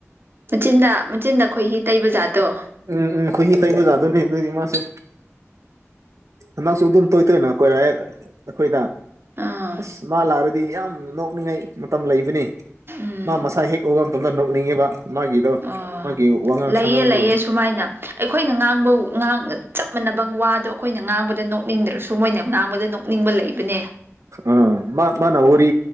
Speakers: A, on the right (about 45°); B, on the right (about 80°).
A: ꯃꯆꯤꯟꯗ ꯃꯆꯤꯟꯗ ꯑꯩꯈꯣꯏ ꯍꯤ ꯇꯩꯕ ꯖꯥꯠꯇꯣ
B: ꯎꯝ ꯎꯝꯈꯣꯏꯍꯤ ꯀꯩꯅꯗ ꯂꯩ ꯑꯗꯨꯅꯤ ꯃꯥꯁꯦ ꯍꯟꯗꯛꯁꯨ ꯑꯗꯨꯝ ꯇꯣꯏ ꯇꯣꯏꯅ ꯀꯣꯏꯔꯑꯦ ꯑꯩꯈꯣꯏꯗ
A: ꯑꯥ
B: ꯑꯁ ꯃꯥ ꯂꯥꯛꯔꯗꯤ ꯌꯥꯝ ꯅꯣꯛꯅꯤꯡꯉꯥꯏ ꯃꯇꯝ ꯂꯩꯕꯅꯤ
A: ꯎꯝ
B: ꯃꯥ ꯃꯁꯥ ꯍꯦꯛ ꯎꯕ ꯃꯇꯝꯗ ꯅꯣꯛꯅꯤꯡꯉꯤꯕ ꯃꯥꯒꯤꯗꯣ
A: ꯑꯣ
B: ꯃꯥꯒꯤ ꯋꯥꯉꯥꯡ
A: ꯂꯩꯌꯦ
B: ꯁꯉꯥꯡꯗꯣ
A: ꯂꯩꯌꯦ ꯁꯨꯃꯥꯏꯅ ꯑꯩꯈꯣꯏꯅ ꯉꯥꯡꯕꯥꯡ ꯆꯞ ꯃꯥꯟꯅꯕ ꯋꯥꯗꯣ ꯑꯩꯈꯣꯏꯅ ꯉꯥꯡꯕꯗ ꯅꯣꯛꯅꯤꯡꯗ꯭ꯔꯁꯨ ꯃꯣꯏꯅ ꯉꯥꯡꯕꯗ ꯅꯣꯛꯅꯤꯡꯕ ꯂꯩꯕꯅꯦ
B: ꯑꯥ ꯃꯥ ꯃꯥꯅ ꯋꯥꯔꯤ